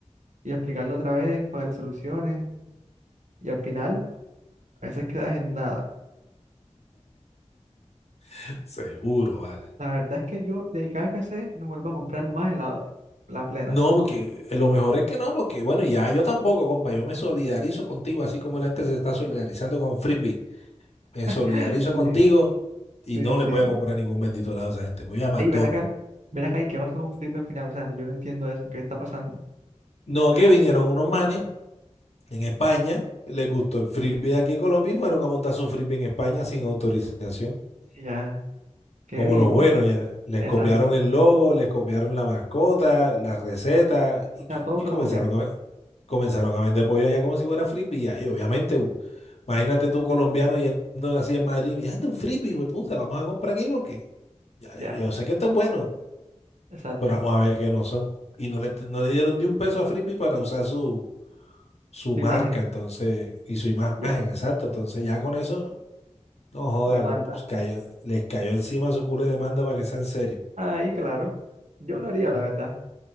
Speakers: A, on the right; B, on the left.
A: y explicarlo otra vez para que te solucionen. Y al final, a veces quedas en nada.
B: <laughs> seguro, vale.
A: La verdad es que yo de KFC no vuelvo a comprar más helado, la plena.
B: No, porque eh, lo mejor es que no, porque bueno, ya yo tampoco, compa, yo me solidarizo contigo, así como la gente se está solidarizando con Frisbee, me solidarizo
A: <laughs> Sí,
B: contigo y
A: sí,
B: no les
A: sí.
B: voy a comprar ningún bendito lado a esa gente, voy a McDonald's.
A: Ey, ven acá, ven acá, ¿y qué pasó con Frisbee al final? O sea, yo no entiendo eso, ¿qué está pasando?
B: No, que vinieron unos manes en España, les gustó el Frisbee de aquí de Colombia y fueron a montar su Frisbee en España sin autorización.
A: Sí, ya, qué
B: Como
A: vivos.
B: los buenos ya. Les
A: Exacto.
B: copiaron el logo, les copiaron la mascota, la receta y,
A: O sea, todos
B: y
A: se
B: comenzaron
A: lo copiaron.
B: a, ve- comenzaron a vender pollo allá como si fuera frisbee. ya. Y obviamente, u- imagínate tú colombiano yendo así en Madrid. Mira, este es un frisbee, güey, puta, vamos a comprar aquí porque ya,
A: Ya.
B: yo sé que está bueno,
A: Exacto.
B: pero vamos a ver que no son. Y no le, no le dieron ni un peso a frisbee para usar su, su
A: Tu
B: marca,
A: imagen,
B: entonces, y su imagen,
A: ya,
B: exacto. Entonces ya con eso, no joda,
A: demanda.
B: les cayó, les cayó encima su culo de demanda para que sea en serio.
A: Ahí, claro, yo lo haría, la verdad.